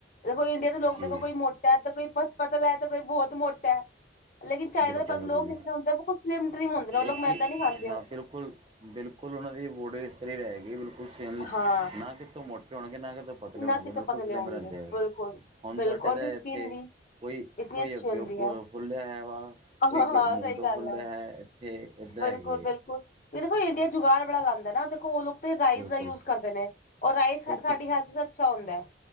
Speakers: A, on the left; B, on the right.
A: ਦੇਖੋ ਇੰਡੀਆ ਦੇ ਲੋਕ
B: ਜੀ
A: ਦੇਖੋ ਕੋਈ ਮੋ ਦ ਕੋਈ ਪਤਲਾ ਤੇ ਕੋਈ ਬਹੁਤ ਮੋਟਾ। ਲੇਕਿਨ ਚਾਈਨਾ
B: ਬਿਲਕੁਲ
A: ਦੇ ਪਤਾ
B: ਬਿਲਕੁਲ
A: ਲੋਕ
B: ਜੀ
A: ਜਿੇ ਹੁੰਦੇ ਕੁ ਸਿਮ ਟ੍ਰਿਮ ਹੁੰਦੇ ਉਹ ਲੋਕ
B: ਇੱਕ
A: ਮੈਦਾ
B: ਹੀ
A: ਨ ਨਹੀਂ ਖਾਂਦੇ।
B: ਹਾਂ ਬਿਲਕੁਲ ਬਿਲਕੁਲ ਉਹਨਾਂ ਦੀ ਬੋਡੀ ਇਸ ਤਰਾਂ ਹੀ ਰਹੇਗੀ ਬਿਲਕੁਲ ਸੇਮ
A: ਹਾਂ।
B: ਨਾ ਕਿਤੇ ਮੋਟੇ ਹੋਣਗੇ ਨਾ ਕਿਤੇ ਪਤਲੇ
A: ਨਾ
B: ਹੋਣਗੇ
A: ਕਿਤੋਂ
B: ਬਿਲਕੁਲ
A: ਪਤਲੇ
B: ਸਲਿਮ
A: ਹੋਣਗੇ
B: ਰਹਿੰਦੇ ਹੈ।
A: ਬਿਲਕੁਲ,
B: ਹੁਣ
A: ਬਿਲਕੁਲ
B: ਸਾਡੇ
A: ਉਹਦੀ
B: ਤਾਂ
A: ਸਕਿਨ
B: ਇੱਥੇ
A: ਵੀ
B: ਕੋਈ
A: ਇਤਨੀ
B: ਕੋਈ
A: ਅੱਛੀ
B: ਅੱਗੇ
A: ਹੁੰਦੀ ਹੈ।
B: ਫੁੱਲਿਆ ਹੋਇਆ ਵਾ। ਕੋਈ
A: ਹਾਂ-ਹਾਂ
B: ਮੂੰਹ
A: ਸਹੀ
B: ਦਾ
A: ਗੱਲ
B: ਫੁੱਲ ਹੋਇਆ ਹੈ ਇੱਥੇ ਏਦਾਂ
A: ਬਿਲਕੁਲ-ਬਿਲਕੁਲ
B: ਹੈਗੇ ਹੈ।
A: ਵੀ ਦੇਖੋ ਇੰਡੀਆ ਚ ਜੁਗਾੜ ਬੜਾ ਲਾਂਦਾ ਨਾ ਦੇਖੋ ਉਹ ਲੋਕ ਰਾਈਸ
B: ਬਿਲਕੁਲ
A: ਦਾ ਯੂਜ ਕਰਦੇ ਨੇ ਔਰ ਰਾਈਸ
B: ਕਾਪੀ
A: ਸਾਡੀ ਹੈਲਥ ਅੱਛਾ ਹੁੰਦਾ।